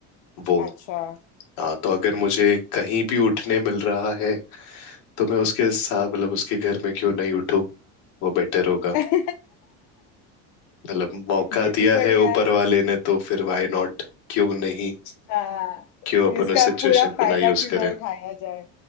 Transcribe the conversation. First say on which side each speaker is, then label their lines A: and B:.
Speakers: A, on the left; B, on the left.
A: वो
B: अच्छा
A: हाँ तो अगर मुझे कहीं भी उठने मिल रहा है तो मैं उसके साथ मतलब उसके घर में क्यों नहीं उठूं वो बेटर होगा
B: <laughs>
A: मतलब मौका
B: ये
A: दिया
B: भी बढ़िया
A: है ऊपर
B: है
A: वाले ने तो फिर व्हाई नॉट क्यों नहीं
B: हाँ
A: क्यों अपन
B: इसका
A: उस सिचुएशन
B: पूरा फायदा
A: को ना यूज
B: क्यों
A: करें
B: ना उठाया जाए